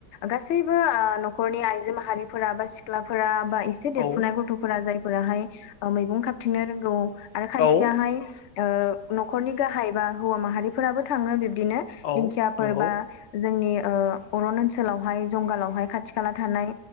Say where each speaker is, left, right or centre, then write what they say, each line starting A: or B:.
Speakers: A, on the left; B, on the left.
A: गासैबो न'खरनि आइजो माहारि फोरा बा सिख्लाफोरा बा ए खायसे देरफुनाय
B: औ
A: गथ'फोरा जायफोराहाय मैगं खााबथिंनो रोंगौ आरो खायसेयाहाय
B: औ
A: न'खरनि गाहाय बा हौवा माहारिफोराबो थाङो बिबदिनो
B: औ
A: दिंखियाफोर
B: नंगौ
A: बा जोंनि अरन ओनसोलावहाय जंगालावहाय खाथि खाला थानाय